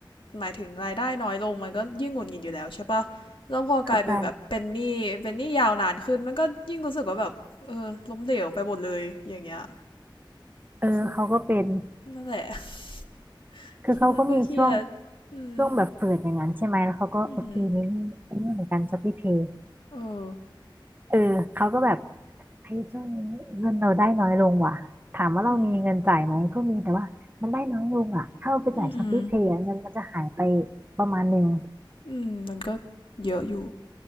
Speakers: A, on the left (about 90°); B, on the right (about 25°).
A: หมายถึงรายได้น้อยลงมันก็ยิ่งหงุดหงิดอยู่แล้วใช่ปะแล้วพอกลายเป็นแบบเป็นหนี้เป็นหนี้ยาวนานขึ้นมันก็ยิ่งรู้สึกว่าแบบเออล้มเหลวไปหมดเลยอย่างเงี้ย
B: เข้าใจเออเขาก็เป็น
A: คือนั่นแหละ <laughs>
B: คือเขาก็มีช่วง
A: คิดแล้วก็เครียดอืม
B: ช่วงแบบเปิดอย่างนั้นใช่ไหมแล้วเขาก็โอเคนี่นี่ไอ้นี่เหมือนกันช้อปปี้เพย์
A: อือือเออ
B: เออเขาก็แบบเฮ้ยช่วงนี้เงินเราได้น้อยลงว่ะถามว่าเรามีเงินจ่ายไหมก็มีแต่ว่ามันได้น้อยลงอ่ะถ้าเราไปจ่ายช้อปปี้เพย์เงินมันจะหายไป
A: อืมอืม
B: ประมาณหนึ่ง
A: อืมมันก็เยอะอยู่